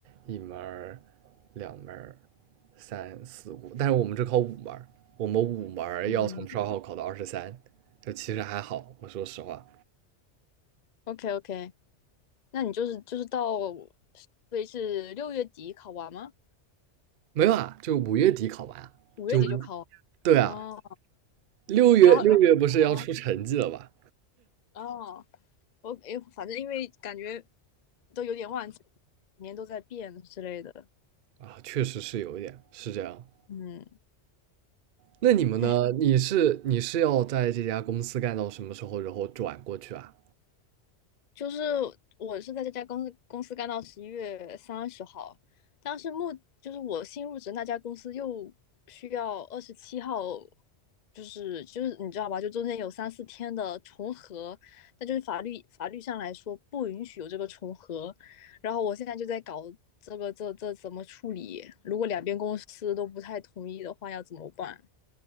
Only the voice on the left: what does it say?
嗯
，OK OK，那你就是就是到，所以是六月底考完吗？
五月底就考完
哦，
然后然后哦，我哎，反正因为感觉都有点忘记，每年都在变之类的，
嗯，
哎，
就是我是在这家公司公司干到十一月三十号，但是目就是我新入职那家公司又需要二十七号，就是就是你知道吧，就中间有三四天的重合，那就是法律法律上来说不允许有这个重合，然后我现在就在搞这个这这怎么处理，如果两边公司都不太同意的话要怎么办？